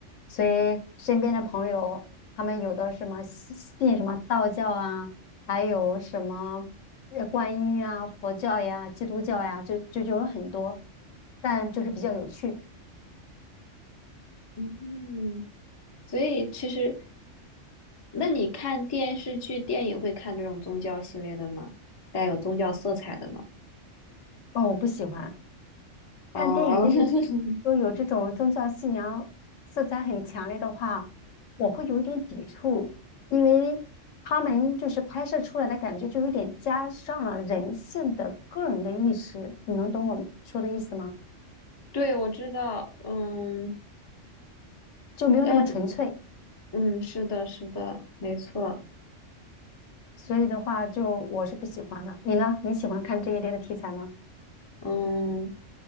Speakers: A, on the left; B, on the left.
A: 所以身边的朋友，他们有的什么信信什么道教啊，还有什么。呃观音呀、佛教呀、基督教呀，就就就有很多，但就是比较有趣。
B: 嗯，所以其实，那你看电视剧、电影会看这种宗教系列的吗？带有宗教色彩的吗？
A: 哦，我不喜欢
B: 哦，
A: 看电影电视剧，
B: <laughs>
A: 都有这种宗教信仰色彩很强烈的话，我会有一点抵触，因为他们就是拍摄出来的感觉就有点加上了人性的个人的意识，你能懂我说的意思吗？
B: 对，我知道，嗯
A: 就没有那么纯粹，
B: 嗯嗯，是的，是的，没错，
A: 所以的话就我是不喜欢的。你呢？你喜欢看这一类的题材吗？
B: 嗯，